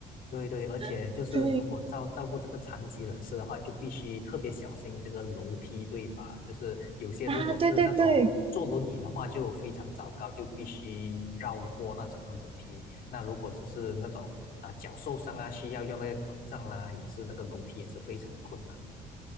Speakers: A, on the left; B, on the right.
A: 对对，而且就是如果照照顾这个残疾人士的话，
B: <laughs> 对，
A: 就必须特别小心这个楼梯，对吧？就是有些如果是那种坐轮椅的话，
B: 啊，对对对，
A: 就非常糟糕，就必须绕过那整个楼梯。那如果只是那种啊、脚受伤啊，需要用那个拐杖啦、也是那个楼梯也是非常的困难。